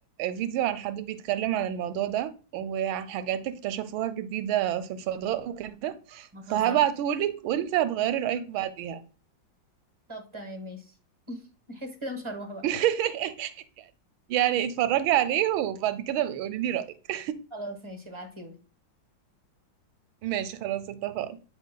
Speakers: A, on the right; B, on the right.
A: فيديو عن حد بيتكلم عن الموضوع ده وعن حاجات اكتشفوها جديدة في الفضاء وكده
B: ما
A: فهبعتهولك
B: تهزريش
A: وانت هتغيري رأيك بعديها
B: طب تمام ماشي نحس كده مش هروح بقى
A: <laughs> يعني اتفرجي عليه وبعد كده بقولي لي رأيك
B: خلاص ماشي ابعتيلي
A: ماشي خلاص اتفقنا